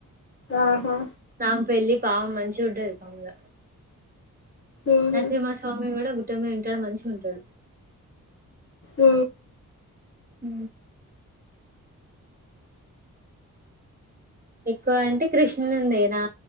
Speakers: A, on the left; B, on the right.
A: ఆహా
B: నా పెళ్ళి పా మంచికుంటది పంఇంగ
A: ఉహు
B: నరసింహ స్వామి కూడా గుట్ టమ వింటాడు మంచిగ ఉంటాడు
A: ఆ
B: హ ఎక్కువ అంటే కృష్ణునుడిదినా